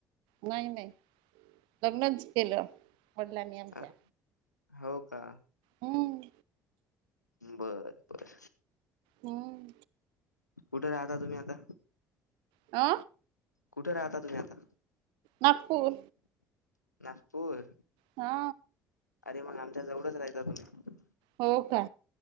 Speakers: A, on the right; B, on the left.
A: नाही नाही लग्नच केलं वडलांनी आमच्या
B: अ, हो का
A: हम्म
B: बर बर
A: हम्
B: कुठे राहता तुम्ही आता
A: अ
B: कुठ राहता तुम्ही आता
A: नागपूर
B: नागपूर
A: ह अ
B: अरे मग आमच्या जवळंच राहयता तुम्ही
A: हो का